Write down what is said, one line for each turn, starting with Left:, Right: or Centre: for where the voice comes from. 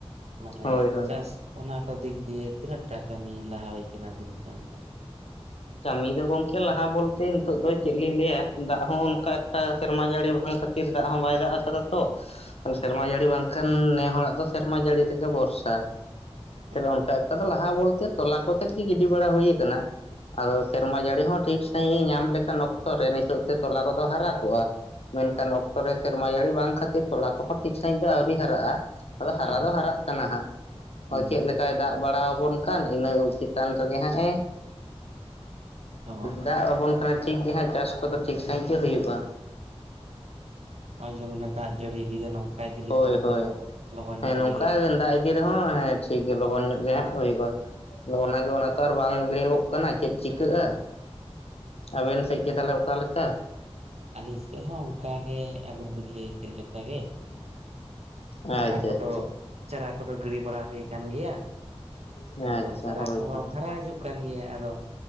Right: ᱢᱟᱱᱮ
Left: ᱦᱳᱭ ᱦᱳᱭ
Right: ᱪᱟᱥ ᱚᱱᱟ ᱫᱤᱠ ᱫᱤᱭᱮ ᱛᱤᱱᱟᱹᱜ ᱴᱟ ᱠᱟᱹᱢᱤ ᱞᱟᱦᱟ ᱦᱩᱭ ᱠᱟᱱᱟ ᱟᱹᱵᱤᱱ ᱥᱮ ᱚᱱᱛᱮ
Left: ᱠᱟᱹᱢᱤ ᱫᱚ ᱜᱚᱝᱠᱮ ᱞᱟᱦᱟ ᱵᱚᱞᱛᱮ ᱱᱤᱛᱚᱜ ᱫᱚ ᱪᱮᱫ ᱞᱤᱧ ᱞᱟᱹᱭᱟ ᱫᱟᱜ ᱦᱚᱸ ᱚᱱᱠᱟ ᱮᱠᱴᱟ ᱥᱮᱨᱢᱟ ᱡᱟᱹᱲᱤ ᱵᱟᱝ ᱠᱷᱟᱹᱛᱤᱨ ᱫᱟᱜ ᱦᱚᱸ ᱵᱟᱭ ᱫᱟᱜ ᱟᱠᱟᱫᱟ ᱛᱚ
Right: ᱦᱩᱸ
Left: ᱥᱮᱨᱢᱟ ᱡᱟᱹᱲᱤ ᱵᱟᱝᱠᱷᱟᱱ ᱱᱮ ᱦᱚᱲᱟᱜ ᱫᱚ ᱥᱮᱨᱢᱟ ᱡᱟᱹᱲᱤ ᱛᱮᱜᱮ ᱵᱚᱨᱥᱟ ᱛᱮᱵᱮ
Right: ᱟᱪᱪᱷᱟ
Left: ᱚᱱᱠᱟ ᱮᱠᱴᱟ ᱫᱚ ᱞᱟᱦᱟ ᱵᱚᱞᱛᱮ ᱛᱚᱞᱟ ᱠᱚᱛᱮᱫ ᱜᱮ ᱜᱤᱰᱤ ᱵᱟᱲᱟ ᱦᱩᱭ ᱟᱠᱟᱱᱟ ᱟᱫᱚ
Right: ᱟᱪᱪᱷᱟ
Left: ᱥᱮᱨᱢᱟ ᱡᱟᱹᱲᱤ ᱦᱚᱸ ᱴᱷᱤᱠ ᱥᱟᱺᱦᱤᱡ ᱮ ᱧᱟᱢ ᱞᱮᱠᱷᱟᱱ ᱚᱠᱛᱚ ᱨᱮ ᱱᱤᱛᱚᱜ ᱛᱮ ᱛᱚᱞᱟ ᱠᱚᱫᱚ ᱦᱟᱨᱟ ᱠᱚᱜᱼᱟ ᱢᱮᱱᱠᱷᱟᱱ
Right: ᱟᱪᱪᱷᱟ
Left: ᱚᱠᱛᱚ ᱨᱮ ᱥᱮᱨᱢᱟ ᱡᱟᱹᱲᱤ ᱵᱟᱝ ᱠᱷᱟᱹᱛᱤᱨ ᱛᱚᱞᱟ ᱠᱚᱦᱚᱸ ᱴᱷᱤᱠ ᱥᱟᱺᱦᱤᱡ ᱫᱚ ᱟᱹᱣᱨᱤ ᱦᱟᱨᱟᱜᱼᱟ ᱟᱫᱚ ᱦᱟᱨᱟ
Right: ᱚ
Left: ᱫᱚ ᱦᱟᱨᱟᱜ ᱠᱟᱱᱟ ᱦᱟᱸᱜ
Right: ᱦᱩᱸ
Left: ᱪᱮᱫ ᱞᱮᱠᱟᱭ ᱫᱟᱜ ᱵᱟᱲᱟᱣ ᱚᱱᱠᱟᱱ ᱤᱱᱟᱹ ᱩ ᱪᱮᱛᱟᱱ ᱨᱮᱜᱮ ᱦᱟᱸᱜ ᱮ
Right: ᱚ ᱦᱮᱸ
Left: ᱫᱟᱜ ᱟᱵᱚᱱ ᱠᱟᱱᱟ ᱴᱷᱤᱠ ᱜᱮ ᱦᱟᱸᱜ ᱪᱟᱥ ᱠᱚᱫᱚ ᱴᱷᱤᱠ ᱥᱟᱺᱦᱤᱡ ᱜᱮ ᱦᱩᱭᱩᱜᱼᱟ
Right: ᱱᱚᱜᱼᱚᱭ ᱡᱮ ᱢᱟᱱᱮ ᱫᱟᱜ ᱡᱟᱹᱲᱤ ᱤᱫᱤᱭᱟ ᱱᱚᱝᱠᱟ ᱤᱫᱤ
Left: ᱦᱳᱭ
Right: ᱞᱮᱠᱷᱟᱱ
Left: ᱦᱳᱭ
Right: ᱫᱚ ᱞᱚᱜᱚᱱ
Left: ᱦᱮᱸ
Right: ᱧᱚᱜ
Left: ᱱᱚᱝᱠᱟᱭ
Right: ᱜᱮ ᱦᱩᱭᱩᱜ ᱛᱟᱵᱚᱱᱟ
Left: ᱫᱟᱜ ᱤᱫᱤ ᱨᱮᱦᱚᱸ ᱦᱮᱸ ᱴᱷᱤᱠ ᱜᱮ ᱞᱚᱜᱚᱱ ᱧᱚᱜ ᱜᱮ ᱦᱟᱸᱜ ᱦᱩᱭᱩᱜᱚᱜᱼᱟ ᱟᱫᱚ ᱚᱱᱟᱜᱮ ᱚᱱᱟ ᱛᱮ ᱟᱨ ᱵᱟᱝ ᱞᱟᱹᱭᱩᱜᱚᱜ ᱠᱟᱱᱟ ᱪᱮᱫ ᱪᱤᱠᱟᱹᱜᱼᱟ
Right: ᱦᱳᱭ
Left: ᱟᱵᱮᱱ ᱥᱮᱫ ᱜᱮ ᱛᱟᱦᱚᱞᱮ ᱚᱠᱟ ᱞᱮᱠᱟ
Right: ᱟᱞᱤᱧ ᱥᱮᱫ ᱦᱚᱸ ᱚᱱᱠᱟᱜᱮ ᱟᱵᱤᱱ ᱵᱤᱱ ᱞᱟᱹᱭ ᱠᱮᱫ ᱞᱮᱠᱟᱜᱮ
Left: ᱟᱪᱪᱷᱟ
Right: ᱪᱟᱨᱟ ᱠᱚᱫᱚ
Left: ᱟᱪᱪᱷᱟ
Right: ᱪᱟᱨᱟ ᱠᱚᱫᱚ ᱜᱤᱰᱤ ᱵᱟᱲᱟ ᱦᱩᱭ ᱠᱟᱱ ᱜᱮᱭᱟ
Left: ᱟᱪᱪᱷᱟ
Right: ᱟᱫᱚ ᱪᱟᱨᱟ
Left: ᱦᱳᱭᱛᱚ
Right: ᱠᱚᱦᱚᱸ ᱦᱟᱨᱟ ᱦᱤᱡᱩᱜ ᱠᱟᱱ ᱜᱮᱭᱟ ᱟᱫᱚ